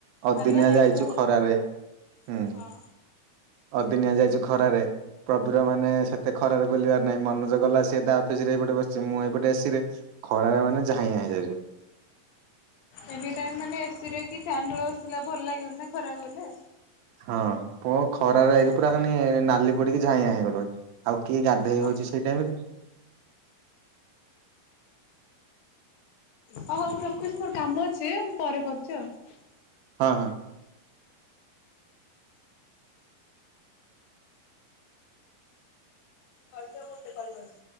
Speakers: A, on the right; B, on the left.
A: ଅଦିନିଆଁ
B: ହାଲିଆ ଲାଗିଥିବ
A: ଯାଇଚୁ ଖରାରେ ହୁଁ।
B: ହଁ।
A: ଅଦିନିଆ ଯାଇଚୁ ଖରାରେ ପ୍ରବିର ମାନେ ସେତେ ଖରାରେ ବୁଲିବା ନାଇଁ ମନୋଜ ଗଲା ସିଏ ତା ଅଫିସରେ ଏଇପଟେ ବସିଚି ମୁଁ ଏଇପଟେ ଏସିରେ ଖରାରେ ମାନେ <unintelligible>
B: ଏନି ଟାଇମ୍ ମାନେ ଏସି ରେ କି ଫ୍ୟାନ ତଳେ ବସିଲେ ଭଲ ଲାଗିବନ ନା ଖରାକୁ ଗଲେ।
A: ହଁ ପ ଖରାରେ
B: ହଁ
A: ଆଜି ପୁରା ନାଲି ପଡିକି ଝାଇଁଆ ହେଇଗଲୁଣି ଆଉ। କିଏ ଗାଧୋଇ
B: ହଁ
A: ହୋଉଚି ସେଇ ଟାଇମ ରେ
B: ହୋଉ ମୁଁ କରୁଚି ମୋର କାମ ଅଛି ମୁଁ ପରେ କରୁଚି ଆଉ।
A: ହଁ ହଁ।
B: କରିଦେ ଗୋଟେ କରିବନି।